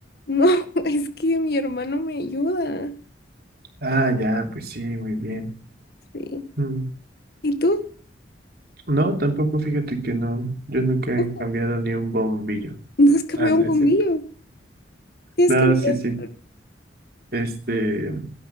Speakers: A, on the left; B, on the right.
A: no, <laughs> es que mi hermano me ayuda.
B: Ah, ya, pues sí, muy bien.
A: Sí.
B: Mm,
A: ¿Y tú?
B: No, tampoco, fíjate que no, yo nunca
A: Ojo,
B: he cambiado ni un bombillo.
A: no has cambiado
B: Ah, no
A: un bombillo.
B: es cierto.
A: Sí, has
B: No,
A: cambiado.
B: sí, sí. Este,